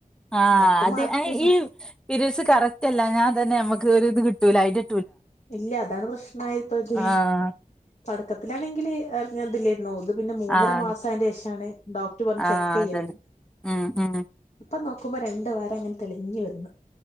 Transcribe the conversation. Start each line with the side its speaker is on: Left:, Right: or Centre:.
Centre: ആഹ്
Left: എന്നിട്ടും
Centre: അത്
Left: മാറ്റല്ല
Centre: ഈ പിരിഡ്സ് കറക്റ്റ് അല്ല ഞാൻ തന്നെ നമ്മുക്ക് ഒരു ഇത് കിട്ടൂല അതിന്റെ
Left: ഇല്ല അതാണ് പ്രശ്നമായ ഇപ്പ ഇത്
Centre: ആഹ്
Left: തുടക്കത്തിലാണെങ്കില് അറിഞ്ഞതില്ലോത് പിന്നെ മൂന്നര
Centre: ആഹ്
Left: മാസം അതി ശേഷാണ് ഡോക്ടർ പറ ചെക്ക്
Centre: ആഹ്
Left: ചെയ്യാൻ
Centre: അതന്നെ ഉം ഉം
Left: അപ്പ നോ രണ്ട് വര അങ്ങെനേ തെളഞ്ഞി വന്ന്.